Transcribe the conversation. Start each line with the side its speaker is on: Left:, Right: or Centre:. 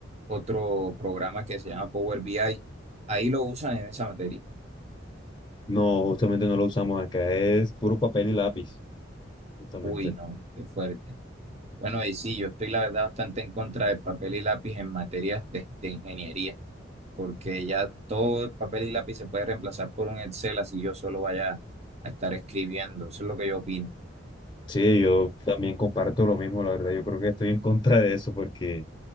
Right: otro programa que se llama Power BI. Ahí lo usan en esa materia.
Left: No, justamente no lo usamos acá, es puro papel y lápiz, justamente.
Right: Uy, no, qué fuerte. Bueno, y sí, yo estoy la verdad bastante en contra de papel y lápiz en materias de, de ingeniería, porque ya todo el papel y lápiz se puede reemplazar por un Excel, así yo solo vaya a estar escribiendo. Eso es lo que yo opino.
Left: Sí, yo también comparto lo mismo, la verdad. Yo creo que estoy en contra de eso porque